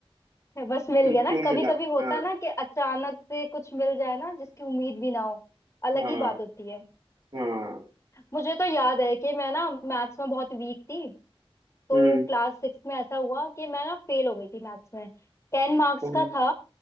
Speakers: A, on the left (about 30°); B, on the right (about 50°).
A: बस मिल
B: क्यों
A: गया ना
B: क्यों मिला
A: कभी कभी होता
B: हाँ
A: है ना कि अचानक से कुछ मिल जाए ना जिसकी उम्मीद भी ना हो अलग
B: हाँ
A: ही बात होती है
B: हाँ
A: मुझे तो याद है कि मैं ना मैथ्स में बहुत वीक थी तो
B: हम्म
A: क्लास सिक्स में ऐसा हुआ कि मैं ना फेल हो गई थी मैथ्स में टेन मार्क्स
B: हम्म
A: का था